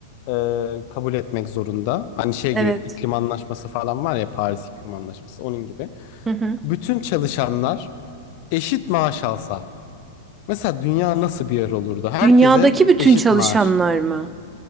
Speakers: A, on the left (about 50°); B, on the right (about 15°).
A: e, kabul etmek zorunda. Hani şey
B: Evet.
A: gibi iklim anlaşması falan var ya Paris İklim Anlaşması onun gibi.
B: Hı hı.
A: Bütün çalışanlar eşit maaş alsa mesela dünya nasıl bir yer olurdu? Herkese
B: Dünyadaki bütün
A: eşit
B: çalışanlar
A: maaş.
B: mı?